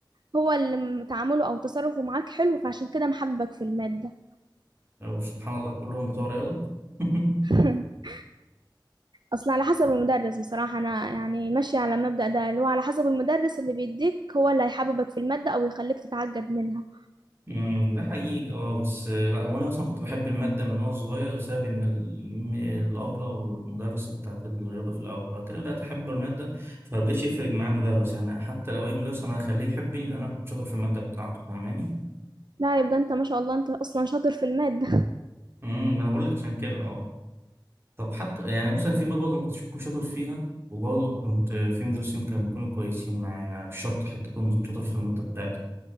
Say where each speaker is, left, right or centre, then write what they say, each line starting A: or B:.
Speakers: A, on the right; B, on the right.
A: هو اللي م- تعامله او تصرفه معاك حلو فعشان كده محبك في المادة
B: سبحان الله كلهم بتوع رياضه <laughs>
A: <laughs> اصل على حسب المدرس بصراحة انا يعني ماشية على المبدأ ده اللي هو على حسب المدرس اللي بيديك هو اللي هيحببك في المادة او يخليك تتعجب منها
B: امم ده حقيقي اه بس آه، لا هو انا اصلا كنت بحب الماده من وانا صغير بسبب ان الم- الابله أو المدرسه بتاعت الرياضه في الاول بعد كده بدات احب الماده فمبقاش يفرق معايا المدرس يعني حتى لو اي مدرس انا هخليه يحبني لان انا كنت شاطر في الماده بتاعته فاهماني
A: لا يبقى انت ما شاء الله انت اصلا شاطر في المادة <laughs>
B: امم ما انا بقول لك عشان كده اه طب حتى يعني مثلا في مواد برضه ما كنتش بكون شاطر فيها وبرضه كنت في مدرسين كانوا بيكونوا كويسين معايا يعني مش شرط حتى اكون شاطر في الماده بتاعتي